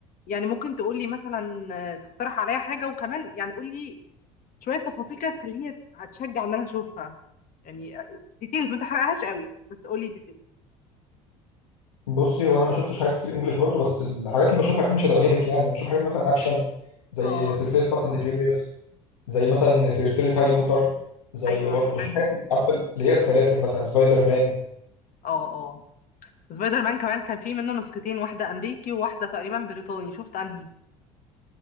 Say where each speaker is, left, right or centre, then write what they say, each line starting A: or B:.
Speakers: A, on the left; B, on the left.
A: يعني ممكن تقول لي مثلا آه، تقترح عليا حاجة وكمان يعني قول لي شويه تفاصيل كده تخليني أت- اتشجع ان انا اشوفها يعني ديتيلز ما تحرقهاش قوي بس قولي ديتيلز
B: بصي هو انا ما شفتش حاجات كتير انجليش برضه بس الحاجات اللي بشوفها اكيد مش هتعجبك يعني انا بشوف حاجات مثلا اكشن زي
A: اه
B: سلسله فاست اند فيوريوس زي مثلا سلسله هاري بوتر زي
A: ايوه
B: برضه
A: حلو
B: بشوف حاجات عارفه اللي هي السلاسل مثلا سبايدر مان
A: اه اه سبايدر مان كمان كان في منه نسختين واحده امريكي وواحده تقريبا بريطاني شفت انهي